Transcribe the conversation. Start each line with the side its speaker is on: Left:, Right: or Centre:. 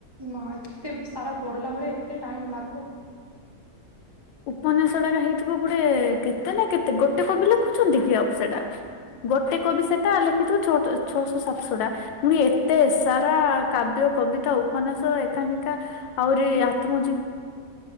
Right: ଏମା ଏତେ ସାରା ପଢିଲା ବେଳେ ଏତେ ଟାଇମ ଲାଗିବ
Left: ଉପନ୍ୟାସ ଟା ହେଇଥିବ ଗୋଟେ କେତେ ନା କେତେ ଗୋଟେ କବି ଲେଖୁଛନ୍ତି କି ଆଉ ସେଟା। ଗୋଟେ କବି ସେଟା ଲେଖିଥିବ ଛଟ ଛଅଶ ସାତଶ ଟା। ପୁଣି ଏତେ ସାରା କାବ୍ୟ କବିତା ଉପନ୍ୟାସ ଏକାଙ୍କିକା। ଆହୁରି ଆତ୍ମ